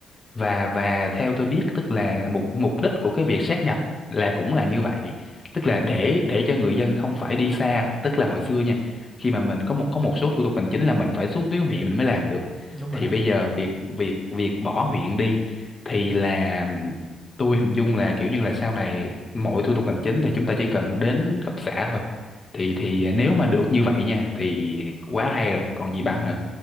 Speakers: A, on the left (about 30°); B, in the centre.
A: và và theo tôi biết tức là mục mục đích của cái việc sát nhập là cũng là như vậy tức là để để cho người dân không phải đi xa tức là hồi xưa nha khi mà mình có một có một số thủ tục hành chính là mình phải xuống tuyến huyện mình mới làm được
B: đúng rồi
A: thì
B: đó
A: bây giờ việc việc việc bỏ huyện đi thì là tôi hình dung là kiểu như là sau này mọi thủ tục hành chính thì chúng ta chỉ cần đến cấp xã thôi thì thì nếu mà được như vậy nha thì quá hay rồi còn gì
B: ừ,
A: bằng nữa